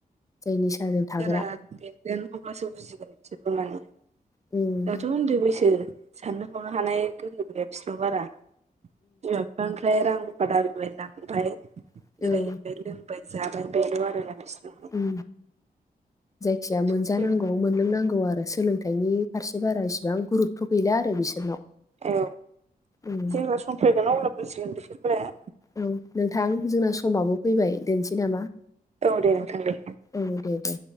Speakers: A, on the left; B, on the right.
A: जाय निसाजों थाग्रा।
B: जेरा देरगोन अब्लासो बुजिगोन बिसोरबो माने।
A: उम,
B: दाथ' उन्दै बैसो साननो हनो हानाय गोहो गैया बिसिनाव बारा बिमा बि बांद्राय रां रुफा दाबिबाय ओमफ्राय
A: औ
B: बेरायहैबाय लों जाबाय बेल आरो ना नोंसिनाव।
A: उम जायखि जाया मोनजानांगौ।
B: सम फैगोन
A: मोनलोंनांगौ आरो सोलोंथाइनि फारसे बारा इसेबां गुरु थ गैला आरो बिसोरनाव
B: औ
A: उम
B: जेब्ला सम फैगोनाव अबोला बुजिगोन बिसोरखौवलाय,
A: औ नोंथां जोंना समाबो फैबाय दोननोसै नामा?
B: औ दे नोंथां दे।
A: औ दे दे।